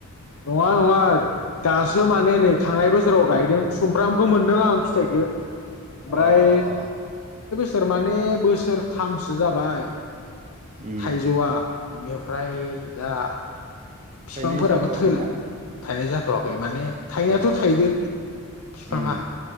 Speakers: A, on the left; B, on the right.
A: नङा नङा दासो माने नै थांनाय बोसोराव गायदों सुमफ्रामबो मोनदों आं फिथाइखौ ब्राइ
B: अ अ
A: सोर माने बोसोरथामसो जाबाय।
B: उम
A: थाइजौवा <inaudible> फ्राय दा बिफांफोराबो
B: थाइनाय जाथ'वाखैना?
A: थैला थायनाय जाथ'वाखै माने थायनायाथ'
B: अ
A: थायदों फिफाङा
B: उम